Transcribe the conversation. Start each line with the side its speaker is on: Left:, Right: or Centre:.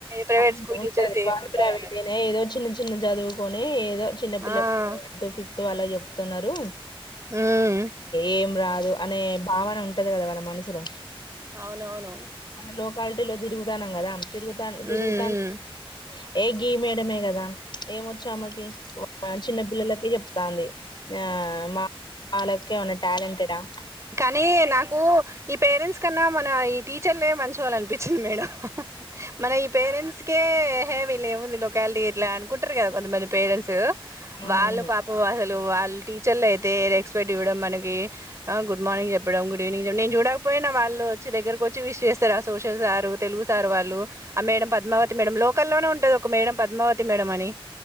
Right: ప్రైవేట్
Left: అవును
Right: స్కూల్
Left: ఉంటది
Right: టీచర్స్ ఏముంది
Left: వాళ్ళు ప్రైవేటేనే
Right: అని
Left: ఏదో చిన్న చిన్న చదువుకొని ఏదో చిన్న పిల్లలు
Right: ఆ
Left: అంటూ ఫిఫ్త్ అలా చెప్తున్నారు.
Right: ఉమ్
Left: ఏం రాదు అనే భావన ఉంటది కదా వాళ్ళ మనసులో
Right: అవునవును ఉమ్
Left: మన లోకాలిటీలో తిరుగుతాన్నాం కదా తిరుగుతా తిరుగుతాను
Right: ఉమ్
Left: ఏ గీ మేయడమే కదా ఏమ వచ్చా ఆమెకి చిన్న పిల్లలకే చెప్తాంది ఆ మా లెక్క ఉన్న ఏమన్నా టాలెంటెడ్ ఆ
Right: కానీ నాకు ఈ పేరెంట్స్ కన్నా మన ఈ టీ టీచర్లే మంచోలనిపించింది మేడం మన ఈ పేరెంట్స్ హే హేవీ లేముంది లోక్యాటి ఇట్లా అనుకుంటారు కదా కొంతమంది పేరెంట్స్
Left: అవునవును
Right: వాళ్ళు పాపం అసలు వాళ్ళు టీచర్లు అయితే రెస్పెక్ట్ ఇవ్వడం మనకి గుడ్ మార్నింగ్ చెప్పడం గుడ్ ఈవినింగ్ చెప్పడి నేను చూడకపోయినా వాళ్ళుచ్చ దగ్గరకు వచ్చి విష్ చేస్తార ఆ సోషల్ సారు తెలుగు సార్ వాళ్ళు ఆ మేడం పద్మావతి మేడం లోకల్ లోనే ఉంటది ఒక మేడం పద్మావతి మేడం అని